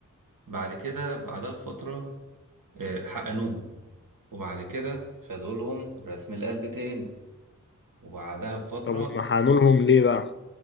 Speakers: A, on the right; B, on the left.
A: بعد كده بعدها بفترة آه، حقنوهم وبعد كده خدوا لهم رسم القلب تاني وبعدها بفترة
B: طب هم حقنونهم ليه بقى